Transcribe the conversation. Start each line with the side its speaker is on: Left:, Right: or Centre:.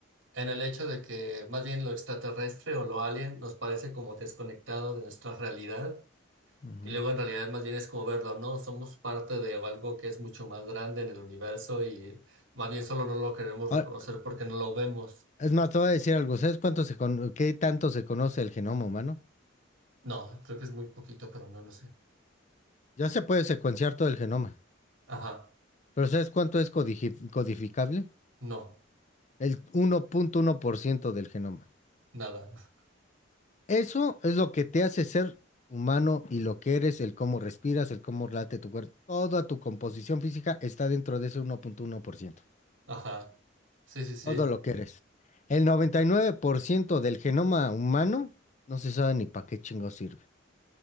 Right: en el hecho de que más bien lo extraterrestre o lo alien nos parece como desconectado de nuestra realidad
Left: Ujú.
Right: Y luego en realidad más bien es como verlo, ¿no? Somos parte de algo que es mucho más grande en el universo y más bien solo no lo queremos
Left: Ah,
Right: reconocer porque no lo vemos.
Left: Es más, te voy a decir algo. ¿Sabes cuánto se con- qué tanto se conoce el genoma humano?
Right: No, creo que es muy poquito, pero no, no sé.
Left: Ya se puede secuenciar todo el genoma,
Right: Ajá,
Left: pero ¿sabes cuánto es codigi- codificable?
Right: no,
Left: El uno uno punto uno por ciento del genoma.
Right: nada. <laughs>
Left: Eso es lo que te hace ser humano y lo que eres, el cómo respiras, el cómo late tu cuerpo. Toda tu composición física está dentro de ese uno uno punto uno por ciento.
Right: Ajá. Sí, sí, sí,
Left: Todo lo que eres. El 99% del genoma humano no se sabe ni para qué chingo sirve.